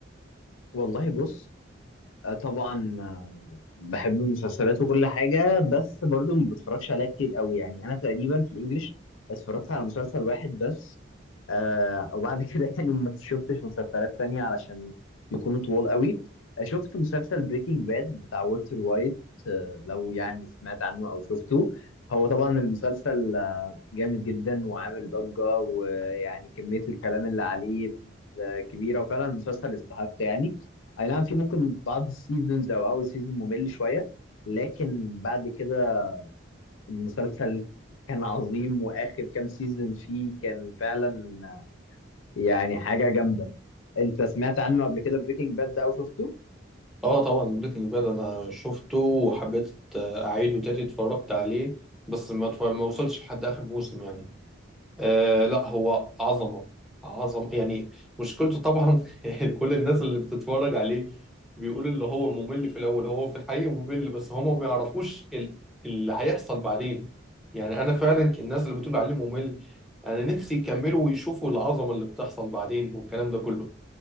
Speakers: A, on the left (about 80°); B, in the centre.
A: والله بص آه، طبعا آه، بحب المسلسلات وكل حاجة بس برضو ما بتفرجش عليها كتير قوي يعني أنا تقريبا في الإنجليش اتفرجت على مسلسل واحد بس آه وبعد كده <laughs> يعني ما شفتش مسلسلات تانية علشان بيكونوا طوال قوي آه، شفت مسلسل بريكنج باد بتاع والتر وايت آه لو يعني سمعت عنه أو شفته هو طبعا المسلسل جامد جدا وعامل ضجة ويعني كمية الكلام اللي عليه كبيرة وفعلا المسلسل يستحق يعني أي نعم في ممكن بعض السيزونز أو أول سيزون ممل شوية لكن بعد كده المسلسل كان عظيم وآخر كام سيزون فيه كان فعلا يعني حاجة جامدة أنت سمعت عنه قبل كده بريكنج باد ده أو شفته؟
B: اه طبعا بريكنج باد انا شفته وحبيت اعيده تاني اتفرجت عليه بس ما اتف- ما وصلتش لحد اخر موسم يعني آه لا هو عظمة عظمة يعني مشكلته طبعا <laughs> كل الناس اللي بتتفرج عليه بيقول اللي هو ممل في الأول هو في الحقيقة ممل بس هما ما بيعرفوش ال- اللي هيحصل بعدين يعني أنا فعلا ك- الناس اللي بتقول عليه ممل أنا نفسي يكملوا ويشوفوا العظمة اللي بتحصل بعدين والكلام ده كله